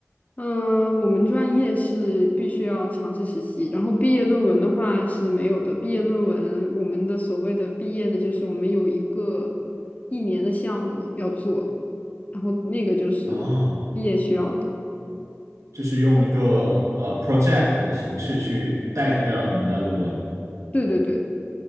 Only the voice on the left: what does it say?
嗯，我们专业是必须要强制实习，然后毕业论文的话是没有的。毕业论文，我们的所谓的毕业的，就是我们有一个一年的项目要做，然后那个就是毕业需要的。
对对对，